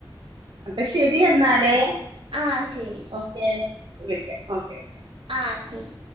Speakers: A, on the right; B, on the right.
A: അപ്പൊ ശരി എന്നാലേ.
B: ആഹ് ശരി
A: ഓക്കെ വിളിക്ക ഓക്കെ ഓക്കേ
B: ആഹ് ശരി